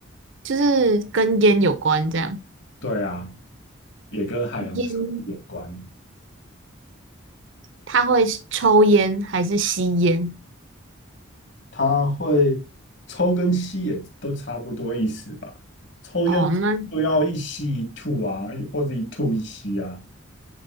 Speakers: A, on the right; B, on the left.
A: 就是跟烟有关这样。
B: 对啊，也跟海洋生物有关，
A: 烟，他会抽烟还是吸烟？
B: 它会抽跟吸也都差不多意思吧？抽烟就要一吸一吐啊，
A: 哦，那
B: 或者一吐一吸啊。